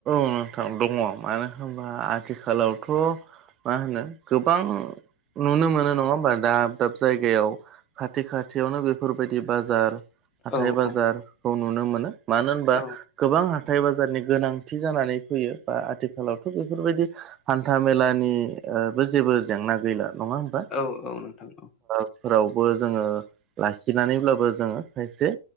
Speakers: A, on the right (about 25°); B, on the left (about 20°).
A: सोनांथाव दङ मानो होनबा आथिखालावथ' मा होनो गोबां नुनो मोनो नङा होमबा दाब दाब जायगायाव खाथि खाथियावनो बेफोरबायदि बाजार हाथाय
B: औ
A: बाजारखौ
B: औ
A: नुनो मोनो मानो होनबा
B: औ
A: गोबां हाथथाय बाजारनि गोनांथि जानानै फैयो बा आथिखालावथ' बेफोरबायदि हान्था मेलानिबो ओ जेबो जेंना गैला नङा होम
B: औ औ नोंथां औ
A: फोरावबो जोङो लाखिनानैब्लाबो जोङो खायसे